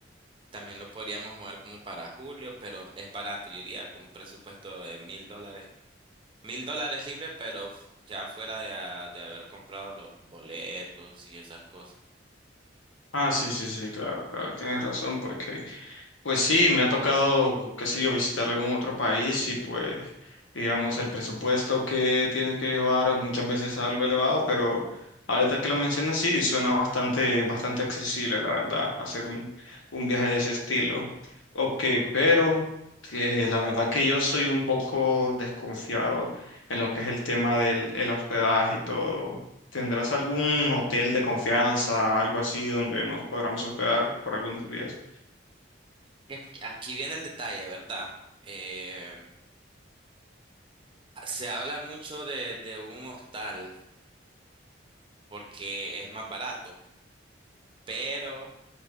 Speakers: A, on the right; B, on the left.
A: También lo podríamos mover como para julio, pero es barato. Yo iría con un presupuesto de mil dólares. Mil dólares libre, pero f- ya fuera de, a- de haber comprado los boletos y esas cosas.
B: Ah, sí, sí, sí, claro, claro, tienes razón, porque Pues sí, me ha tocado, qué sé yo, visitar algún otro país y pues, digamos, el presupuesto que tienes que llevar muchas veces es algo elevado, pero ahorita que lo mencionas, sí, suena bastante, bastante accesible, la verdad, hacer un, un viaje de ese estilo. Ok, pero que la verdad que yo soy un poco desconfiado en lo que es el tema del el hospedaje y todo. ¿Tendrás algún hotel de confianza, algo así, donde nos podamos hospedar por algunos días?
A: Y Aquí aquí viene el detalle, ¿verdad? Eh, se habla mucho de, de un hostal porque es más barato, pero